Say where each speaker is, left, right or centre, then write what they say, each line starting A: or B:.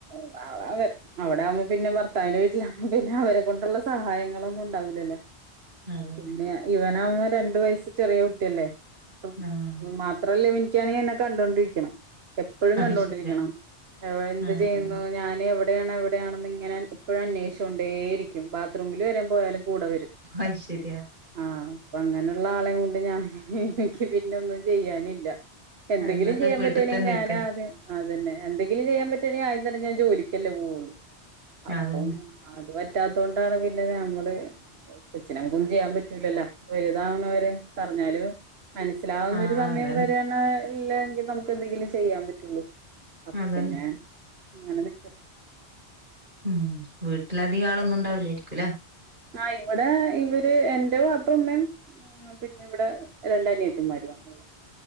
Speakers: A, on the right; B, on the right.
A: <unintelligible> അവിടെ ആവുമ്പോ- പിന്നെ ഭർത്താവിന്റെ വീട്ടിലാവുമ്പോ പിന്നെ അവരെ കൊണ്ടുള്ള സഹായങ്ങളൊന്നും ഉണ്ടാവില്ലല്ലോ
B: അതന്നെ
A: പിന്നെ ഇവന് ആവുമ്പൊ രണ്ടു വയസ് ചെറിയ കുട്ടിയല്ലേ അപ്പം
B: ആഹ്
A: മാത്രവല്ല ഇവനിക്കാണെങ്കിൽ എന്നെ കണ്ടൊണ്ടിരിക്കണം എപ്പോഴും
B: അത്
A: കണ്ടുകൊണ്ടിരിക്കണം
B: ശരിയാ
A: എന്ത്
B: ആഹ്
A: ചെയ്യുന്നു
B: ആഹ്
A: ഞാന് എവിടെയാണ് എവിടെയാണെന്നി- ഇങ്ങനെ എപ്പോഴും അന്വേഷി കൊണ്ടേ ഇരിക്കും ബാത്റൂമിൽ വരേം പോയാലും കൂടെ വരും
B: അത് ശരിയാ
A: ആ അപ്പ അങ്ങനെയുള്ള ആളേം കൊണ്ട് ഞാൻ എനിക്ക് പിന്നൊന്നും ചെയ്യാനില്ല എന്തെങ്കിലും
B: അത് നല്ല
A: ചെയ്യാൻ
B: വീട്ടിൽ
A: പറ്റുവാണെങ്കിൽ
B: തന്നെ
A: ഞാന്
B: നിക്കലാ
A: ആദ്യം- അത് തന്നെ എന്തെങ്കിലും ചെയ്യാൻ പറ്റാണെങ്കിൽ ആദ്യം തന്നെ ഞാൻ ജോലിക്കല്ലേ പോവുള്ളു അപ്പം-
B: അതന്നെ
A: പറ്റാത്തതൊണ്ടാണ് പിന്നെ നമ്മള്- കൊച്ചിനെ നമുക്കൊന്നും ചെയ്യാൻ പറ്റൂലല്ലോ വലുതാവണെ വരെ പറഞ്ഞാലും മനസ്സിലാവുന്ന
B: ആഹ്
A: ഒരു സമയം
B: അതന്നെ
A: വരെയാണ് ഇല്ലെയെങ്കിൽ നമുക്ക് എന്തെങ്കിലും ചെയ്യാൻ പറ്റുള്ളൂ അപ്പൊ
B: അതന്നെ
A: പിന്നെ അങ്ങനെ നിക്കണം
B: ഉം വീട്ടിലധികം ആളൊന്നും ഉണ്ടാവില്ലായിരിക്കും ഇല്ലേ
A: ആ ഇവിടെ ഇവര് എന്റെ വാപ്പയും ഉമ്മയും- പിന്നെ ഇവിടെ രണ്ടനിയത്തിമാരും ആണുള്ളെ